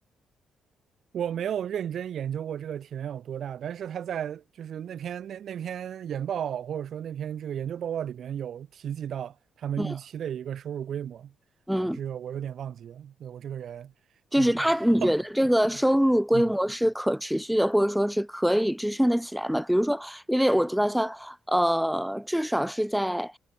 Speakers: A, on the right; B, in the centre.
A: 我没有认真研究过这个体量有多大，但是他在就是那篇那那篇研报或者说那篇这个研究报告里边有提及到他们预期的一个收入规模啊，
B: 嗯嗯。
A: 这个我有点忘记了，对，我这个人记性不太好。
B: 就是他，你觉得这个收入规模是可持续的，
A: <laughs> 嗯
B: 或者说是可以支撑得起来吗？比如说，因为我知道像呃，至少是在